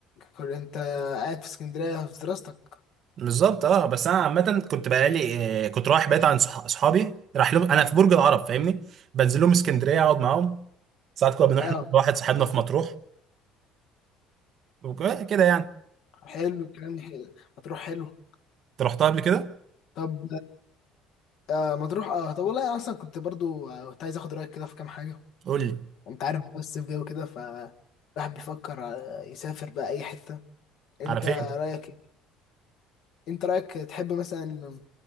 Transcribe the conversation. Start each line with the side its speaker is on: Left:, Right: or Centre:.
Left: كل- انت قاعد في اسكندريه في دراستك
Right: بالظبط اه بس انا عامة كنت بقالي آه، كنت رايح بيت عند صح- صحابي راح لهم انا في برج العرب فاهمني بنزل لهم اسكندرية اقعد معاهم ساعات كنا بنروح
Left: اه
Right: نقعد مع واحد صاحبنا في مطروح وك- كده يعني
Left: حلو الكلام ده حلو. مطروح حلو
Right: انت رحتها قبل كده؟
Left: طب آه مطروح اه طب والله انا اصلا كنت برضو آه، كنت عايز اخد رايك كده في كام حاجه
Right: قول لي
Left: انت عارف بقى الصيف جاي وكده ف الواحد بيفكر آه، يسافر بقى اي حته انت
Right: على فين؟
Left: رايك ايه؟ انت رايك تحب مثلا